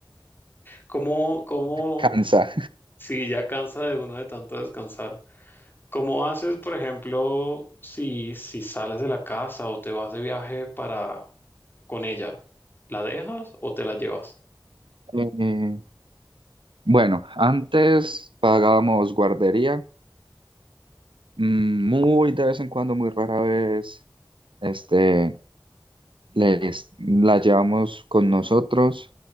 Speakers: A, on the left (about 25°); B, on the right (about 80°).
A: ¿Cómo, cómo,
B: cansa.
A: si ya cansa de uno de tanto descansar, cómo haces, por ejemplo, si, si sales de la casa o te vas de viaje para con ella? ¿La dejas o te la llevas?
B: <laughs> Eh, Bueno, antes pagábamos guardería, mm, muy de vez en cuando, muy rara vez, este, les, la llevamos con nosotros.